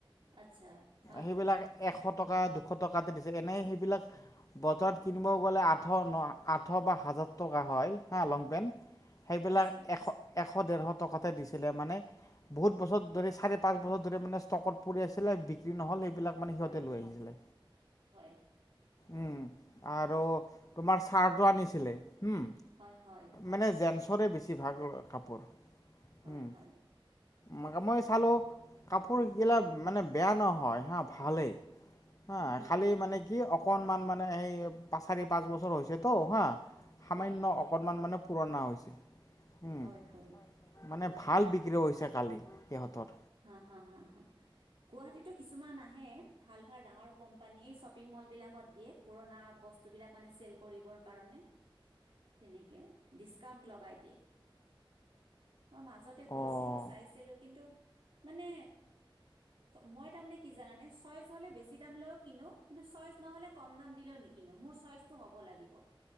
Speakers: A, on the right; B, on the left.
A: আচ্ছা হা-
B: সেইবিলাক
A: হা।
B: এশ টকা দুশ টকা কাটি দিছে এনে সেইবিলাক বজাৰত কিনিব গ'লে আঠ ন আঠ বা হাজাৰ টকা হয়। হা লং পেন্ সেইবিলাক
A: আচ্ছা
B: এশ এশ। এশ দেৰশ টকাতে দিছিলে মানে বহুত বছৰ ধৰি চাৰি পাঁচ বছৰ ধৰি মানে ষ্টকত পৰি আছিলে নহ'ল সেইবিলাক মানে
A: হয়
B: সিহঁতে
A: হয়
B: লৈ আহিছিলে।
A: <unintelligible>
B: উম আৰু তোমাৰ চাৰ্টো আনিছিলে উম
A: হয় হয়
B: মানে জেন্ছৰে বেছি ভাগ লয়। কাপোৰ
A: হয়
B: উম
A: হয়
B: ম মই চালো কাপোৰগিলা মানে বেয়া নহয় হা ভালেই হা
A: হুম হুম
B: খালি
A: হুম
B: মানে কি। অকণমান মানে সেই চাৰি পাঁচ বছৰ হৈছেতো হা সামান্য
A: হয় হয়
B: অকণমান মানে পুৰণা হৈছে। উম
A: হয় হয়।
B: মানে ভাল বিক্ৰী হৈছে কালি সিহঁতৰ।
A: হা হা হা হা গুৱাহাটীতো কিছুমান আহে ভাল ভাল ডাঙৰ কোম্পানী শ্বপিং। মাল বিলাকত দিয়ে পুৰণা বস্তু বিলাক মানে চেল কৰিবৰ কাৰণে। তেনেকে ডিচকাউন্ট লগাই দিয়ে। মই মাজতে গৈছিলো
B: অঁ
A: চাইছিলো কিন্তু, মানে মই তাৰ মানে কি জানানে ছয় জ হলে বেছি দামলৈও কিনো কিন্তু ছয়শ নহলে কম দাম দিলেও নিকিনো মোৰ ছয়শ টো হব লাগিব।